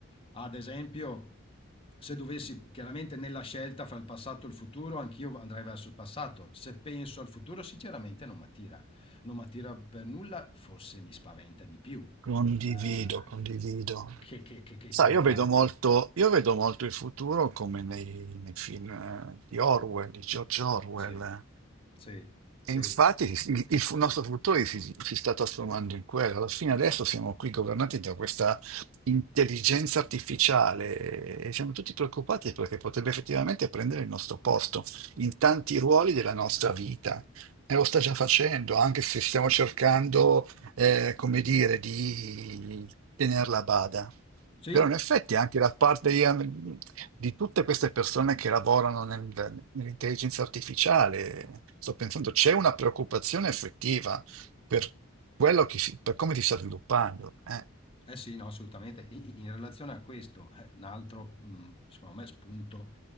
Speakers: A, on the left; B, on the right.
A: Ad esempio, se dovessi chiaramente nella scelta fra il passato e il futuro, anch'io andrei verso il passato. Se penso al futuro, sinceramente non mi attira. Non mi attira per nulla, forse mi spaventa di più,
B: Condivido,
A: eh,
B: condivido.
A: che, che- che- che tornare.
B: Sai, io vedo molto, io vedo molto il futuro come nei, nei film eh, di Orwell, di George Orwell.
A: Sì, sì, sì.
B: E infatti il, il fu- nostro futuro si, si sta trasformando in quello. Alla fine adesso siamo qui governati da questa intelligenza artificiale e siamo tutti preoccupati perché potrebbe effettivamente prendere il nostro posto in tanti ruoli della nostra vita. E lo sta già facendo, anche se stiamo cercando eh, come dire, di tenerla a bada.
A: Sì,
B: Però in effetti anche da parte di, ehm, di tutte queste persone che lavorano nel- nell'intelligenza artificiale, sto pensando, c'è una preoccupazione effettiva per quello che si- per come si sta sviluppando. eh.
A: eh sì, no, assolutamente. I- In relazione a questo, eh, un altro, mh, secondo me, spunto